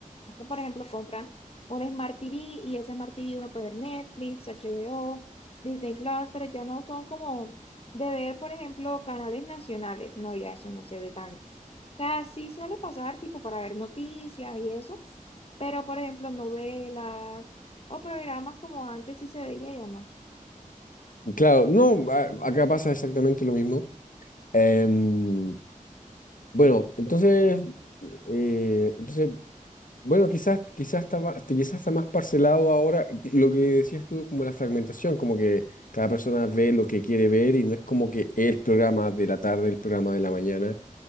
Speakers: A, on the left; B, on the left.
A: Por ejemplo, compran un Smart TV y ese Smart TV uno puede ver Netflix, HBO, Disney Plus, pero ya no son como de ver, por ejemplo, canales nacionales. No, ya eso no se ve tanto. O sea, sí suele pasar tipo para ver noticias y eso, pero por ejemplo, novelas o programas como antes sí se veía, ya no.
B: Claro, no, a- acá pasa exactamente lo mismo. Em, bueno, entonces, eh, entonces, bueno, quizás, quizás está más, este, quizás está más parcelado ahora. que- Lo que decías tú, como la fragmentación, como que cada persona ve lo que quiere ver y no es como que el programa de la tarde, el programa de la mañana.